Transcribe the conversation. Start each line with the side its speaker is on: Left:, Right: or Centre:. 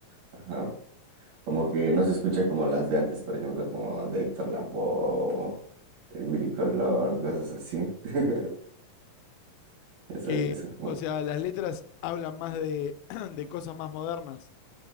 Right: Ajá. Como que no se escucha como las de antes, por ejemplo, como de Héctor Lavoe, de Willy Colón, cosas así. <laughs> Ya sabes
Left: Que,
Right: que son como...
Left: o sea, las letras hablan más de, <clears throat> de cosas más modernas,